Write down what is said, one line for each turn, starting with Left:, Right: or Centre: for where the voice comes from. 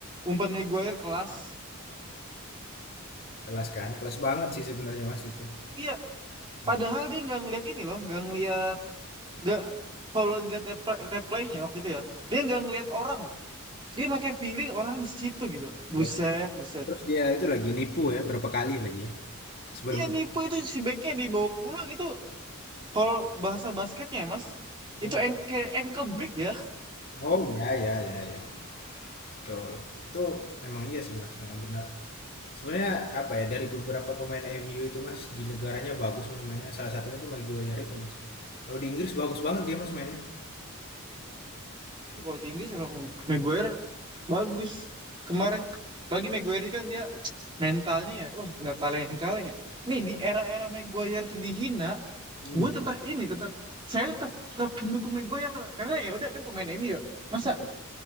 Right: umpan Maguire kelas
Left: kelas kan, kelas banget sih sebenarnya Mas itu.
Right: iya
Left: Hmm.
Right: padahal dia nggak ngeliat ini loh nggak ngeliat nggak kalau lihat repl- replaynya waktu itu ya dia nggak ngeliat orang loh dia pakai feeling orang di situ gitu buset
Left: Ya,
Right: buset
Left: Terus dia itu lagi nipu ya, berapa kali lagi ya, sebelum
Right: iya nipu itu si backnya dibawa pulang itu kalau bahasa basketnya ya mas
Left: Mhm.
Right: itu ankle ankle break ya
Left: Oh, ya ya ya ya betul. Itu memang iya sih, Mas, heeh, benar Sebenarnya apa ya, dari beberapa pemain MU itu, Mas, di negaranya bagus Mas mainnya, salah satunya itu Maguire itu, Mas. Kalau di Inggris bagus banget dia, Mas, mainnya.
Right: Ih, Kalau di Inggris emang Maguire bagus. Kemarin
Left: I
Right: lagi Maguire ini kan dia mentalnya ya, wah nggak kaleng-kaleng ya. Nih di era-era Maguire tuh dihina,
Left: mhm,
Right: gue tetap ini tetap saya tetap tetap mendukung Maguire karena ya udah kan pemain MU. ya. Masa
Left: iya Hmm.